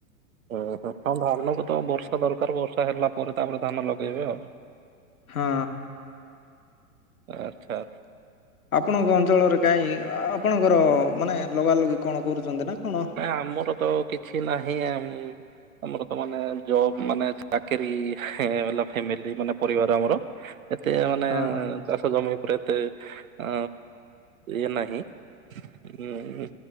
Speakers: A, on the right (about 65°); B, on the left (about 70°).
A: ଓହୋ ହଁ ଧାନକୁ ତ ବର୍ଷା ଦରକାର ବର୍ଷା ହେଲା ପରେ ତାପରେ ଧାନ ଲଗେଇବା ଆଉ
B: ହଁ।
A: ଆଚ୍ଛା।
B: ଆପଣଙ୍କ ଅଞ୍ଚଳରେ କାହିଁ ଆପଣଙ୍କର ମାନେ ଲଗାଲଗି କଣ କରୁଛନ୍ତି ନା କଣ ହଁ
A: ନା ଆମର ତ କିଛି ନାହିଁ। ଆମର ତ ମାନେ ଜବ ମାନେ ଚାକିରୀ ଫାମିଲି ମାନେ ପରିବାର ଆମର। ଏତେ ମାନେ
B: ହଁ
A: ଚାଷ ଜମି ଉପରେ ଏତେ ଆ ଇଏ ନାହିଁ ଉଁ